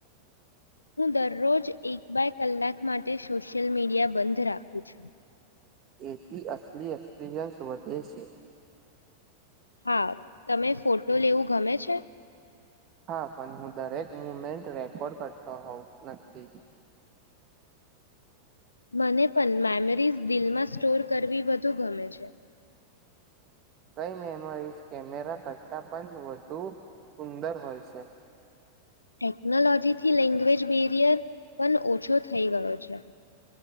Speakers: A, on the left (about 80°); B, on the right (about 35°).
A: હું દરરોજ એક બાય કલાક માટે સોશિયલ મીડિયા બંધ રાખું છું.
B: એથી અસલી એક્સપિરિયન્સ વધે છે.
A: હા, તમે ફોટો લેવું ગમે છે?
B: હા, પણ હું દરેક મુમેન્ટ રેકોર્ડ કરતો હોઉ નથી.
A: મને પણ મેમરીઝ દિલમાં સ્ટોર કરવી વધુ ગમે છે.
B: કઈ મેમોરીઝ કેમેરા કરતાં પણ વધુ સુંદર હોય છે?
A: ટેકનોલોજીથી લેંગ્વેજ બેરિયર પણ ઓછો થઈ ગયો છે.